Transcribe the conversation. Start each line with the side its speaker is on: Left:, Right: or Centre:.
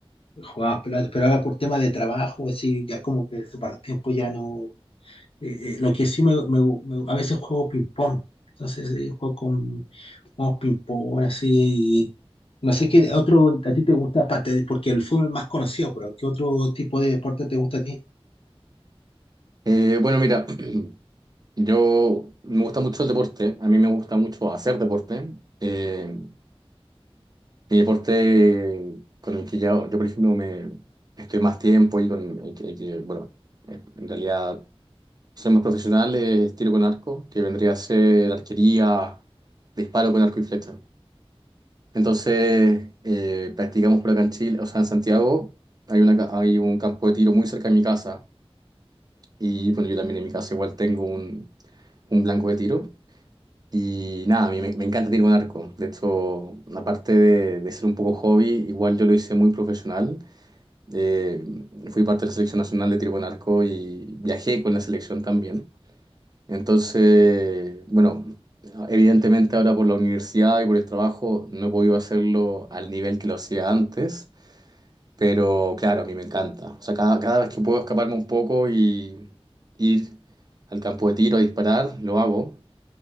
Left: Jugábamos pelota, pero ahora por tema de trabajo, así, ya como que ese pasatiempo ya no. eh, eh, lo que sí me, me- me- a veces juego ping-pong. Entonces, eh, juego con juego ping-pong, así. No sé qué otro a ti te gusta, aparte, de- porque el fútbol es más conocido, pero ¿qué otro tipo de deporte te gusta a ti?
Right: Eh, bueno, mira, <clears throat> yo me gusta mucho el deporte, a mí me gusta mucho hacer deporte. Eh, mi deporte con el que ya, yo, por ejemplo, me estoy más tiempo y con el que, el que, bueno, eh, en realidad Ser más profesional es tiro con arco, que vendría a ser arquería, disparo con arco y flecha. Entonces, eh, practicamos por acá en Chile, o sea, en Santiago, hay una, ca- hay un campo de tiro muy cerca de mi casa. Y bueno, yo también en mi casa igual tengo un, un blanco de tiro. Y nada, a mí me, me encanta tiro con arco. De hecho, aparte de, de ser un poco hobby, igual yo lo hice muy profesional. Eh, fui parte de la selección nacional de tiro con arco y viajé con la selección también. Entonces, bueno, evidentemente ahora por la universidad y por el trabajo no he podido hacerlo al nivel que lo hacía antes, pero claro, a mí me encanta. O sea, cada, cada vez que puedo escaparme un poco y ir al campo de tiro a disparar, lo hago.